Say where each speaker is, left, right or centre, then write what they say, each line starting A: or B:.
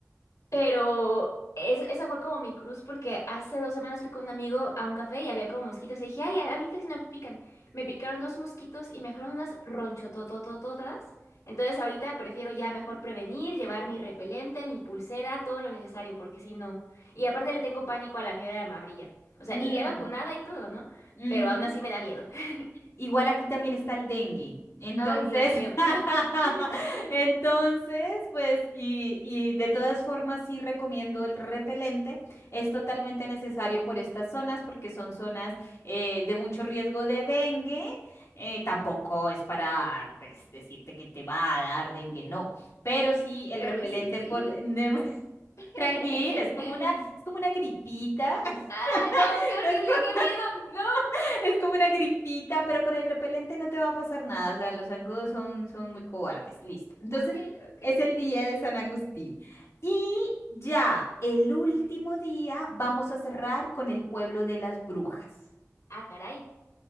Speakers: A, on the left; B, on the left.
A: Pero es- esa fue como mi cruz porque hace dos semanas fui con un amigo a un café y había como mosquitos. Le dije, ay, a a mí casi no me pican. Me picaron dos mosquitos y me dejaron unas ronchotototototas. Entonces ahorita prefiero ya mejor prevenir, llevar mi repelente, mi pulsera, todo lo necesario, porque si no. Y aparte le tengo pánico a la fiebre amarilla. O sea,
B: Mm,
A: iría vacunada y todo, ¿no?
B: ujú.
A: Pero aún así me da miedo. <laughs>
B: Igual aquí también está el dengue. Entonces,
A: Ay, Dios mío.
B: <laughs>
A: <laughs>
B: entonces, pues, y, y de todas formas sí recomiendo el repelente. Es totalmente necesario por estas zonas porque son zonas eh, de mucho riesgo de dengue. Eh, tampoco es para, pues, decirte que te va a dar dengue, no. Pero sí el
A: Pero
B: repelente
A: y sí, sí.
B: por... <laughs>
A: <laughs>
B: Tranquila, es como una, es como una gripita.
A: Ah, no,
B: <laughs>
A: qué horrible, qué miedo. No.
B: <laughs> Es como una gripita, pero con el repelente no te va a pasar nada. O sea, los zancudos son, son muy cobardes. Listo. Entonces,
A: Ok, ok,
B: es
A: Jenny.
B: el día de San Agustín. Y ya, el último día vamos a cerrar con el pueblo de las brujas.
A: Ah, caray.